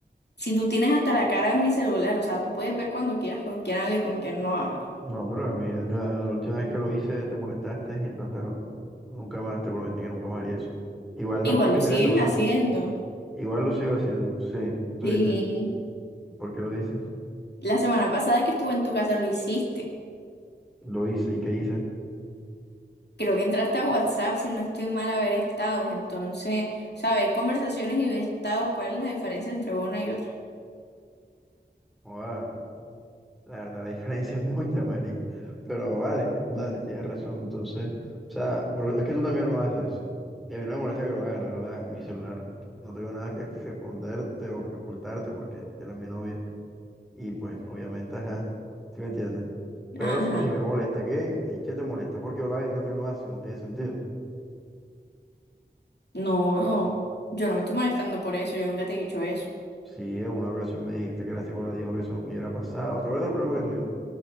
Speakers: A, on the left; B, in the centre.
A: Si tú tienes hasta la cara en mi celular, o sea, tú puedes ver cuando quieras con quién hablo y con quién no hablo.
B: No, pero a mí la, la última vez que lo hice te molestaste, entonces no, nunca más, te prometí que nunca más haría eso. Igual tampoco
A: Igual
B: me
A: lo
B: interesa,
A: sigues
B: pues,
A: haciendo.
B: entonces, Igual lo sigo haciendo, sí, tú
A: Sí.
B: dices. ¿Por qué lo dices?
A: La semana pasada que estuve en tu casa lo hiciste.
B: Lo hice, ¿y qué hice?
A: Creo que entraste a WhatsApp, si no estoy mal, a ver estados. Entonces, saber conversaciones y ver estados, ¿cuál es la diferencia entre una y otra?
B: Joda, la verdad, la diferencia <laughs> es mucha, marica. Pero vale, vale, tienes razón, entonces, o sea, pero es que tú también lo haces. Y a mí no me molesta que lo hagas, la verdad, mi celular, no tengo nada que, que esconderte o que ocultarte porque él es mi novia. Y pues, obviamente, ajá, ¿sí me entiendes? Pero
A: Ajá.
B: si me molesta, ¿qué? Eche te molesta porque Olave tú también lo haces, no tiene sentido.
A: No, no. Yo no me estoy molestando por eso. Yo nunca te he dicho eso.
B: Sí, en una ocasión me dijiste que la psicóloga dijo que eso nunca yo era pasado. ¿Te acuerdas del problema que tuvimos?